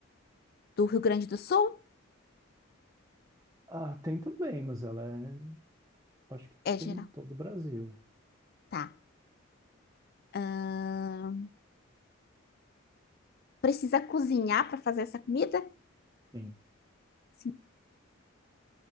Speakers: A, on the left (about 50°); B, on the right (about 15°).
A: do Rio Grande do Sul?
B: Ah, tem também, mas ela é. Acho que
A: É
B: tem
A: geral.
B: em todo o Brasil.
A: Tá. Ah, precisa cozinhar para fazer essa comida?
B: Sim.
A: Sim,